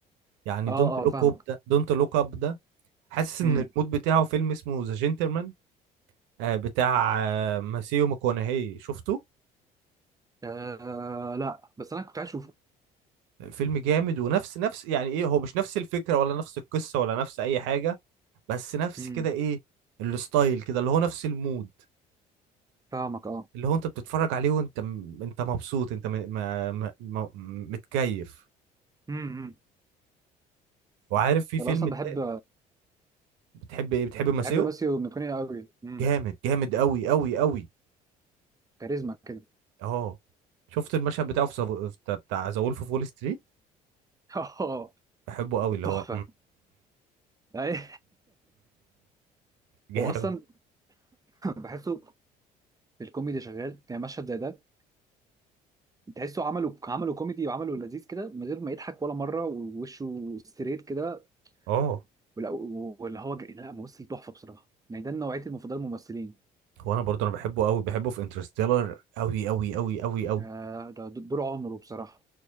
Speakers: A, on the right (about 75°); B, on the right (about 20°).
A: يعني
B: اه
A: دونت لوك
B: اه فاهمك
A: اب ده دونت لوك اب ده حاسس ان
B: امم
A: المود بتاعه فيلم اسمه ذا جنتلمان آه، بتاع آه، ماسيو ماكونهي شفته
B: آه لا بس انا كنت عايز اشوفه
A: فيلم جامد ونفس نفس يعني ايه هو مش نفس الفكرة ولا نفس القصة ولا نفس اي حاجة بس نفس
B: امم
A: كده ايه الستايل كده اللي هو نفس المود
B: فاهمك اه
A: اللي هو انت بتتفرج عليه وانت م... انت مبسوط انت م... م... م... م... متكيف
B: امم
A: وعارف في فيلم
B: انا اصلا بحب
A: تا- بتحب ايه بتحب ماسيو
B: بحب ماسيو ميكوني قوي امم
A: جامد جامد قوي قوي قوي
B: كاريزما كده
A: اه شفت المشهد بتاعه في زو... بتاع بتاع ذا وولف اوف وول ستريت
B: <laughs> اه
A: بحبه قوي اللي
B: تحفه
A: هو
B: <laughs> أي.
A: <laughs> جامد
B: هو اصلا بحسه في الكوميدي شغال يعني مشهد زي ده تحسه عملوا عملوا كوميدي وعملوا لذيذ كده من غير ما يضحك ولا مره ووشه ستريت كده
A: اه
B: ولا- واللي هو ج- لا ممثل تحفه بصراحه يعني ده نوعيه المفضله الممثلين
A: هو انا برضه انا بحبه قوي بحبه في انترستيلر قوي قوي قوي قوي قوي
B: آه ده دور عمره بصراحه